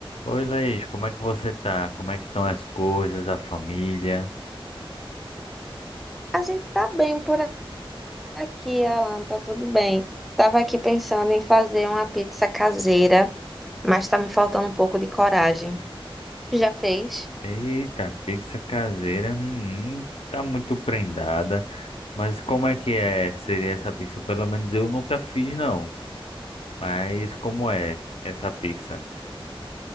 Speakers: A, on the left; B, in the centre.
A: Oi, Laís, como é que você tá? Como é que estão as coisas, a família?
B: A gente tá bem por aqui, Alan, tá tudo bem. Tava aqui pensando em fazer uma pizza caseira, mas tá me faltando um pouco de coragem. Tu Já fez?
A: Eita, pizza caseira, hum, tá muito prendada. Mas como é que é? Seria essa pizza? Pelo menos eu nunca fiz, não. Mas como é essa pizza?